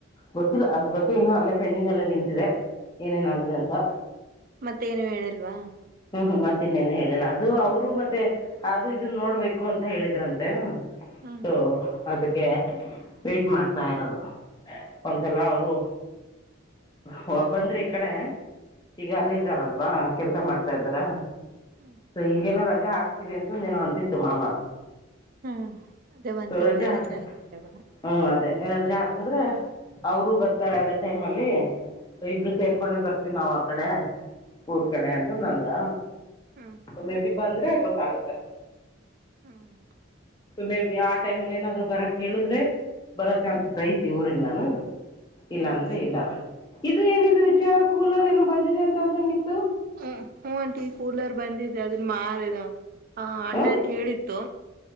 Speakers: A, on the left (about 20°); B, on the right (about 45°).
A: ಗೊತ್ತಿಲ್ಲ ಅದ್ರ ಬಗ್ಗೆ ಏನು ಅಲ್ಲೇ ಪೆಂಡಿಂಗ್ ಎಲ್ಲ ನಿಂತಿದೆ ಏನೇನಾಗಿದೆ
B: ಹಾ
A: ಅಂತ
B: ಮತ್ತೇನು ಹೇಳಿಲ್ವಾ
A: ಹ್ಮ್ ಹ್ಮ್ ಮತ್ತ ಇನ್ನೆನ್ ಹೇಳಿಲ್ಲ ಅದು ಅವರು ಮತ್ತೆ ಅದು ಇದನ್ನ ನೋಡ್ಬೇಕು ಅಂತ ಹೇಳಿದ್ರಂತೆ
B: ಹ್ಮ್
A: ಸೊ ಅದಕ್ಕೆ ವೀಟ್ ಮಾಡ್ತಾ ಇರೋದು ಒಂದ್ಸಲ
B: ಹ್ಮ್
A: ಅವರು ಹೋಗ ಬಂದ್ರಿ ಈ ಕಡೆ ಈಗ
B: ಹ್ಮ್
A: ಅಲ್ಲ ಇದ್ದಾರಲ್ವಾ ಕೆಲ್ಸ ಮಾಡ್ತಾ ಇದ್ದಾರ
B: ಹ್ಮ್
A: ಸೊ ಈಗೇನೋ ರಜೆ ಹಾಕ್ತಿೀವಿ ಅಂತ ನೀನು ಅಂತಿತ್ತು ಮಾಮ
B: ಹ್ಮ ಅದೇ ಒಂದ್
A: ಸೊ
B: ತಿಂಗ್ ರಜೆ
A: ಹಾಕಿ
B: ಆರ್ತಾರೆವಾಗ
A: ಹ್ಮ್ ಅದೇ ರಜಾ ಹಾಕದ್ರೆ ಅವರು ಬರ್ತಾರೆ ಅದ ಟೈಮ್ ಅಲ್ಲಿೊ ಇಬ್ರು ಸೇರ್ಕೊಂಡೆ ಬರ್ತಾರೆ ನಾವ್ ಆ ಕಡೆ ಊರ್ ಕಡೆ ಅಂತಂದ ಅಂದ್ರ
B: ಹಾ
A: ಮೇ ಬಿ ಬಂದ್ರೆ ಗೊತ್ತಾಗತ್ತೆ
B: ಹ್ಮ್
A: ಮೇ ಬಿಿ ಆ ಟೈಮ್ ಅಲ್ಲಿ ಏನಾದ್ರು ಬರ ಕೇಳಿದ್ರೆ ಬರೋ ಚಾನ್ಸಸ್
B: ಹ್ಮ್
A: ಐತಿ ಊ್ರಗ್ ನಾನು
B: ಹ್ಮ್
A: ಇಲ್ಲ ಅಂದ್ರೆ ಇಲ್ಲ ಇದು ಏನಿದ ವಿಚಾರ ಕೂಲರ್ ಏನು ಬಂದಿದೆ ಅಂತ ಅಂದಂಗಿತ್ತು
B: ಹ್ಮ ಹ ಅಂಟಿ ಕೂಲರ್ ಬಂದಿದ್ದ ಅ ಅದನ್ನ ಮಾರ ಅ ಅಣ್ಣಾರ್ಗೆ
A: ಹಾಂ
B: ಹೇಳಿತ್ತು